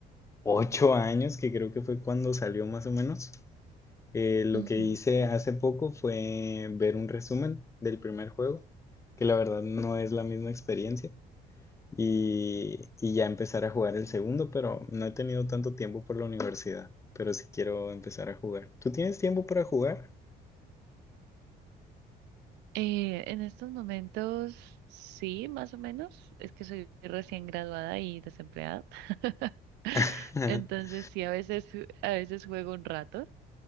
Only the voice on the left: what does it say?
8 años, que creo que fue cuando salió más o menos, eh, lo
que hice hace poco fue ver un resumen del primer juego, que la verdad no es la misma experiencia. y, y ya empezar a jugar el segundo, pero no he tenido tanto tiempo por la universidad, pero sí quiero empezar a jugar. ¿Tú tienes tiempo para jugar?
<laughs>